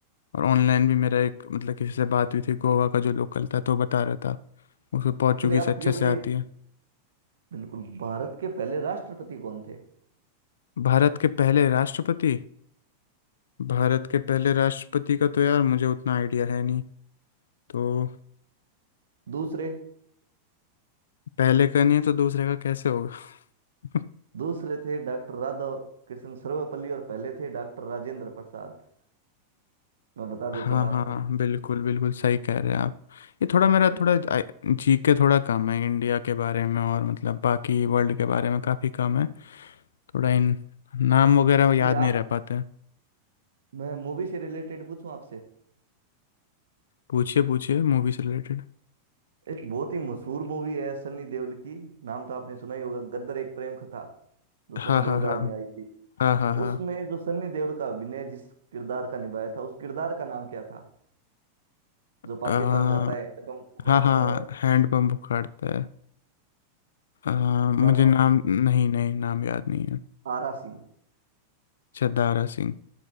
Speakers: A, on the left; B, on the right.
A: और ऑनलाइन भी मेरा एक मतलब किसी से बात हुई थी गोवा का जो लोकल था तो बता रहा था उसको पोर्चुगीज़
B: चलिए आप
A: अच्छे
B: ये
A: से
B: बताइए
A: आती है
B: बिल्कुल भारत के पहले राष्ट्रपति कौन थे
A: भारत के पहले राष्ट्रपति भारत के पहले राष्ट्रपति का तो यार मुझे उतना आइडिया है नहीं तो
B: दूसरे
A: पहले का नहीं है तो दूसरे का कैसे होगा <laughs>
B: दूसरे थे डॉक्टर राधा कृष्ण सर्वपल्ली और पहले थे डॉक्टर राजेंद्र प्रसाद मैं बता
A: हाँ
B: देता हूँ आपको
A: हाँ बिल्कुल बिल्कुल सही कह रहे हैं आप ये थोड़ा मेरा
B: बिल्कुल
A: थोड़ा जी के थोड़ा कम है इंडिया के बारे में और मतलब बाकी वर्ल्ड के बारे में काफ़ी कम है थोड़ा इन नाम वगैरह
B: चलिए
A: याद नहीं
B: आप
A: रह पाते
B: मैं मूवी से रिलेटेड पूछूं आपसे
A: पूछिए पूछिए मूवी से रिलेटेड
B: एक बहुत ही मशहूर मूवी है सनी देओल की नाम तो आपने सुना ही होगा गद्दर एक प्रेम कथा जो
A: हाँ
B: सन 2000
A: हाँ हाँ
B: में आई थी
A: हाँ हाँ हाँ
B: उसमें जो सनी देओल का अभिनय जिस किरदार का निभाया था उस किरदार का नाम क्या था जो पाकिस्तान
A: अ,
B: जाता है कदम उगाड़ता
A: हाँ हाँ
B: है
A: हैंडपम्प उखाड़ता है अ,
B: याद
A: मुझे
B: है
A: नाम
B: आपको
A: नहीं नहीं नाम याद नहीं है
B: तारा सिंह
A: अच्छा दारा सिंह